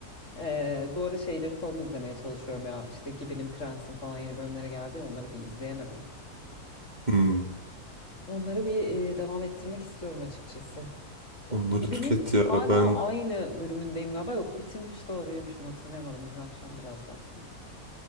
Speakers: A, on the left; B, on the right.
A: Eee, bu ara şeyleri falan izlemeye çalışıyorum ya. İşte Gibi'nin Prens'in falan yeni bölümleri geldi ya onları bir izleyemedim.
B: Hmm,
A: Onları bir eee, devam ettirmek istiyorum açıkçası.
B: onları
A: Gibi'nin
B: tüket ya.
A: hala
B: Ben
A: aynı bölümündeyim galiba. Yok bitirmiş de olabilirim şimdi hatırlayamadım. Dün akşam biraz baktım.